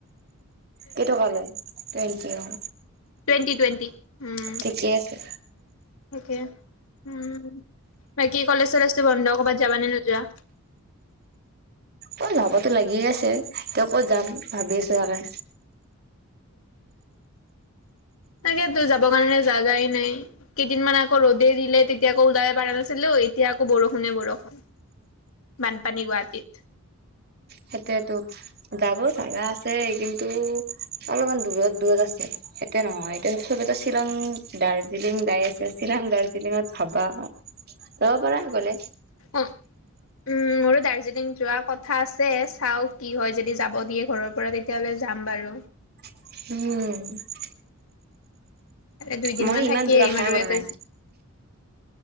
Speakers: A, on the right (about 45°); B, on the left (about 70°).
A: কেইটকা লয় টুৱেণ্টি অঁ।
B: টুৱেণ্টি টুৱেণ্টি উমঁ
A: ঠিকে আছে।
B: উমঁ। বাকী কলেজ চলেজো বন্ধ ক'ৰবাত যাবা নে নোযোৱা?
A: অঁ জাৱতো লাগিয়ে আছে ত ক'ত যাম ভাবি আছো সেই কাৰণে।
B: তাকে তো যাব কাৰণে জাগাই নাই। কেইদিনমান আকৌ ৰ'দে দিলে তেতিয়া আকৌ ওলাব পাৰা নাছিলো এতিয়া আকৌ বৰষুণে বৰষুণ। বানপানী গুৱাহাটীত।
A: সেইতেতো যাব জাগা আছে কিন্তু অলপমান দূৰত দূৰত আছে। এতে নহয় এতিয়া চবেতো শ্বিলং দাৰ্জিলিং যাই আছে শ্বিলং দাৰ্জিলিঙত ভাবা যাব পাৰা গ'লে।
B: অঁ উমঁ! মোৰো দাৰ্জিলিং যোৱাৰ কথা আছে চাওঁ কি হয় যদি যাব দিয়ে ঘৰৰ পৰা তেতিয়াহলে যাম বাৰু।
A: উমঁ!
B: দুইদিনমান
A: মই ইমান
B: থাকিম
A: দূৰ আশাই
B: আৰু
A: কৰা
B: ইয়াতে
A: নাই।